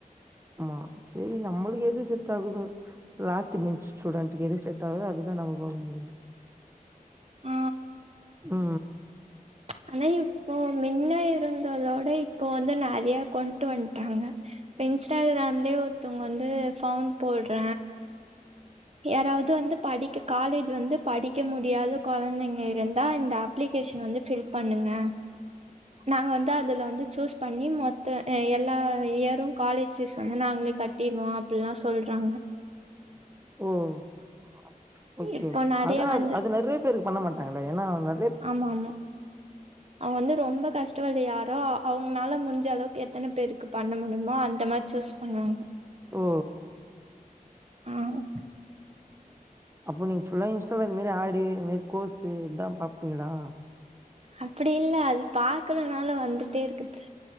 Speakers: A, on the right; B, on the right.
A: ம் சேரி நம்மளுக்கு எது செட் ஆகுதோ லாஸ்ட்டு பென்ச் ஸ்ட்டூடண்டுக்கு எது செட் ஆவுதோ அது தான் நம்மபோட முடியும்
B: ஆ
A: அ அ
B: ஆனா இப்போ மின்ன இருந்ததோட இப்போ வந்து நெறையா கொண்ட்டு வன்ட்டாங்க இப்ப இன்ஸ்டாகிராம்லயே ஒருத்தவுங்க வந்து ஃபவுன்ப் போடுற யாராவது வந்து படிக்க காலேஜ் வந்து படிக்க முடியாத கொழந்தைங்க இருந்தா இந்த ஆப் அப்ளிகேஷன் வந்து ஃபில் பண்ணுங்க நாங்க வந்து அதுல வந்து சூஸ் பண்ணி மொத்த எல்லா இயரும் காலேஜ் ஃபீஸ் வந்து நாங்களே கட்டிடுவோம் அப்டிலாம் சொல்றாங்க
A: ஓ ஓகே ஓகே
B: இப்போ நெறைய
A: அதான்
B: வந்து
A: அது நறைய பேருக்கு பண்ண மாட்டாங்கள ஏன்னா வ
B: ஆமா ஆமா அவக்ன் வந்து ரொம்ப கஷ்ட டபட்டுவி யாரோ அவங்கனால முடிஞ்ச அளவுக்கு எத்தனை பேருக்கு பண்ண முடியுமோ அந்த மாரி சூஸ் பண்ணுவாங்க
A: ஓ
B: ஆமா
A: அப்ப நீங்க ஃபுல்லா இன்ஸ்டால இதுமேறி ஆடு இதுமேறி கோர்ஸ்சு இத்தான் பாப்பீங்களா
B: அப்டில்ல அது பாக்குலனாலும் வந்துட்டே இருக்குது